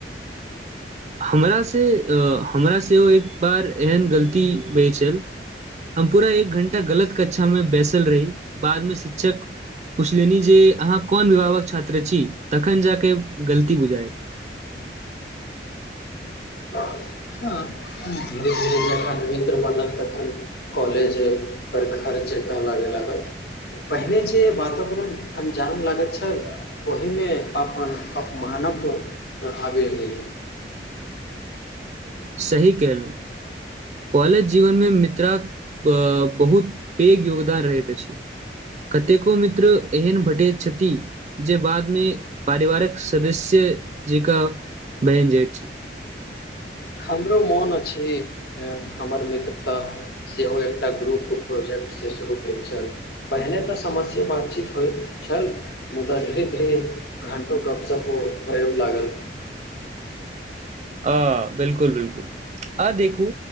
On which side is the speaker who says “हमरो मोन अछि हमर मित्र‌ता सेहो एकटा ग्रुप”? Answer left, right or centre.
Left